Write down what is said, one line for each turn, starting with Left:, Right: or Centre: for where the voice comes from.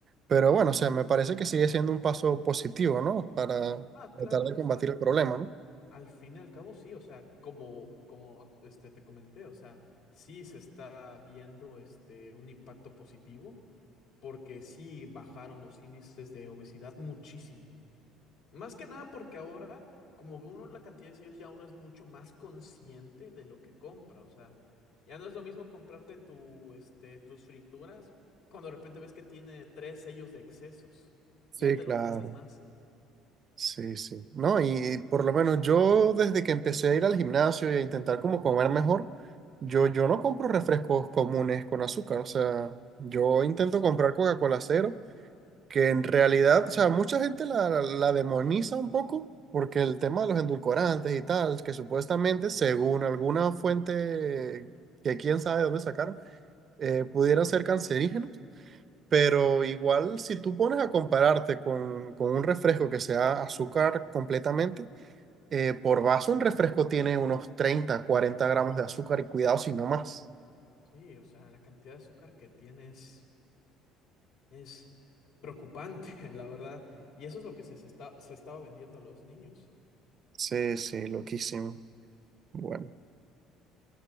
Right: pero bueno, o sea, me parece que sigue siendo un paso positivo, ¿no? Para
Left: Ah, claro,
Right: tratar de
Left: o
Right: combatir
Left: sea,
Right: el problema, ¿no?
Left: al fin y al cabo sí, o sea, como como este te comenté, o sea, sí se está viendo este un impacto positivo porque sí bajaron los índices de obesidad muchísimo. Más que nada porque ahora, como ve uno la cantidad de sellos, ya uno es mucho más consciente de lo que compra. O sea, ya no es lo mismo comprarte tu, este, tus frituras cuando de repente ves que tiene tres sellos de excesos.
Right: Sí,
Left: Ya te
Right: claro.
Left: lo piensas más.
Right: Sí, sí. No, y por lo menos yo desde que empecé a ir al gimnasio y a intentar como comer mejor, yo, yo no compro refrescos comunes con azúcar, o sea, yo intento comprar Coca-Cola cero que en realidad, o sea, mucha gente la, la la demoniza un poco porque el tema de los endulcorantes y tal, que supuestamente, según alguna fuente que quién sabe dónde sacaron, eh, pudieran ser cancerígenos, pero igual si tú pones a compararte con, con un refresco que sea azúcar completamente, eh, por vaso un refresco tiene unos 30 40 gramos de azúcar y cuidado si no más.
Left: Sí, o sea, la cantidad de azúcar que tienes es es preocupante, <laughs> la verdad. Y eso es lo que se, se está, se estaba vendiendo a los niños.
Right: Sí, sí, loquísimo. Bueno.